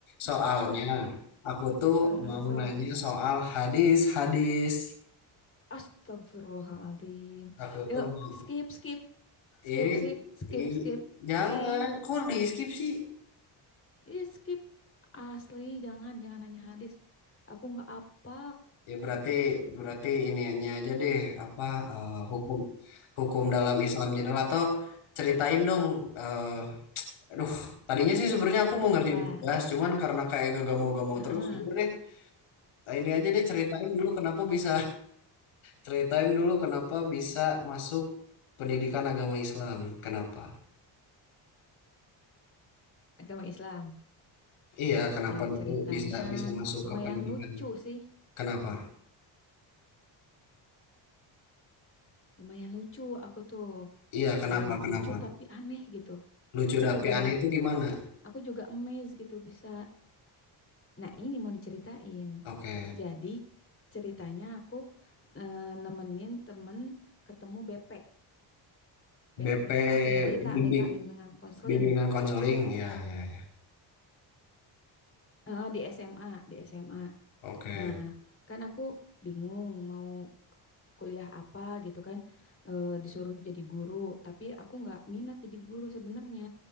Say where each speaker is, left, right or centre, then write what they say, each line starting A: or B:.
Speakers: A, on the left; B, on the left.
A: soalnya
B: gitu.
A: aku tuh
B: Heeh,
A: mau
B: So,
A: nanya soal hadis-hadis.
B: astagfirullahaladzim.
A: Aku
B: Yuk,
A: tuh mau
B: skip, skip. Skip,
A: eh,
B: skip, skip,
A: eh
B: skip,
A: jangan
B: skip.
A: kok di skip sih.
B: Ih, skip. Asli, jangan, jangan nanya hadis. Aku nggak apa.
A: Ya berarti berarti iniannya aja deh apa eh, hukum hukum dalam Islam general atau ceritain dong. eh aduh, tadinya sih sebenarnya aku mau ngerjain
B: Apa?
A: tugas, cuman karena kayak gak mau gak mau
B: Heeh,
A: terus, ya udah deh. Nah, Ini aja deh ceritain dulu kenapa bisa Ceritain dulu kenapa bisa masuk pendidikan agama Islam. Kenapa?
B: agama Islam.
A: Iya, kenapa
B: Ya,
A: dulu
B: ceritanya
A: bisa bisa masuk
B: lumayan
A: ke pendidikan?
B: lucu sih.
A: Kenapa?
B: Lumayan lucu aku tuh.
A: Iya, kenapa?
B: Eh,
A: Kenapa?
B: lucu tapi aneh gitu.
A: Lucu
B: Aku
A: dapi
B: juga
A: aneh itu gimana?
B: aku juga amazed gitu bisa. Nah, ini mau diceritain.
A: Oke.
B: Jadi ceritanya aku eh, nemenin temen ketemu BP. BP
A: BP
B: tuh apa ya? BK,
A: bimbing
B: BK bimbingan konseling.
A: bimbingan konseling. Ya, ya, ya.
B: Eh, di SMA, di SMA.
A: Oke.
B: Nah, kan aku bingung mau kuliah apa gitu kan eh, disuruh jadi guru tapi aku nggak minat jadi guru sebenarnya